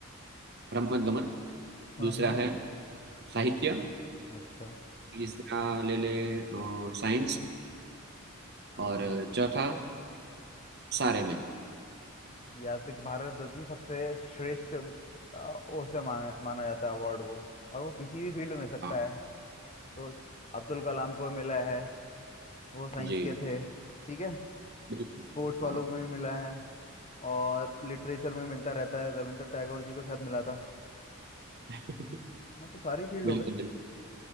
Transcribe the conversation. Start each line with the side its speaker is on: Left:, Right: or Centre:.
Right: रमत गमन
Left: हाँ
Right: दूसरा
Left: हाँ
Right: है साहित्य
Left: अच्छा
Right: तीसरा ले ले साइंस और
Left: ये-
Right: चौथा सारे में
Left: या तो भारत रत्न सबसे श्रेष्ठ आ, उसे माना माना जाता है अवार्ड को और वो किसी भी फील्ड में मिल सकता
Right: हाँ
Left: है सोच अब्दुल कलाम को मिला है वो साइंस
Right: जी
Left: के थे ठीक है
Right: बिल्कुल
Left: स्पोर्ट्स वालों
Right: हाँ
Left: में भी मिला है और लिटरेचर में मिलता रहता है रविंद्र टैगोर जी को शायद मिला था
Right: <laughs>
Left: हाँ तो सारी फील्ड हो
Right: बिल्कुल
Left: गए
Right: बिल्कुल